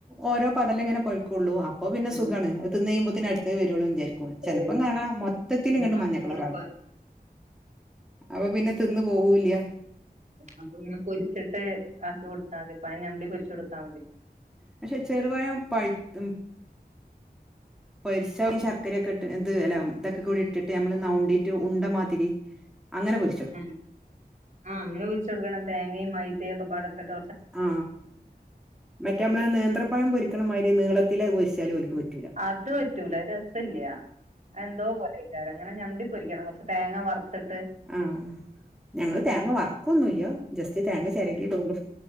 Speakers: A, in the centre; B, on the right.
A: ഓരോ പടല ഇങ്ങനെ പഴുക്കുള്ളൂ അപ്പോ പിന്നെ
B: ആഹ്
A: സുഖണ് അ തിന്ന്യുമ്പോന് അടുത്തത്ത് വരൊള്ളുന്ന് ചെലപ്പം
B: വരും
A: കാണാ മൊത്തത്തില
B: ഒന്നാകെടുപ്പാ
A: ഇങട്ട്മഞ്ഞക്കളറാക്ണ് അപ്പൊ പിന്നെ തിന്ന് പോവൂല്ല്യ
B: അപ്പൊ ഇങ്ങനെപൊരിച്ചിട്ട്ആക്കി കൊടുത്താ മതി പയഞൗണ്ടി പൊരിച്ചു കൊടുത്താ മതി
A: പക്ഷെ ചെറുപയം പയ്ത്തു പെരിച്ച ശർക്കരയൊക്കെ ഇത് ഇ അല്ല ഇതൊക്കെ കൂടി ഇട്ടിട്ട് ഞമ്മള് നൗണ്ടിട്ട് ഉണ്ടമാതിരി അങ്ങെനെ പൊരി
B: ഉ ആഹ് അങ്ങനെ പൊരിച്ച കൊടുക്കണ തേങ്ങയും മൈദയും ഒക്കെപാടത്തിിട്ട്
A: ആ മറ്റേ നമ്മളെ നേന്ത്രപായം പൊരിക്കണ മാതിരി നീളത്തില ഉപരിച്ചാല് ഒലിക്ക് പറ്റ
B: അത് പറ്റൂല രസല്ലൃഎന്തോ പോലെ ചറെങ്ങനെ ഞണ്ടി പൊരിക്കണം തേങ്ങ വറുത്ത്ട്ട്
A: ആഹ് ഞങ്ങള്ൾ തേങ്ങ വർക്കൊന്നുംല്ലോ ജസ്റ്റ് തേങ്ങ ചെരകിടും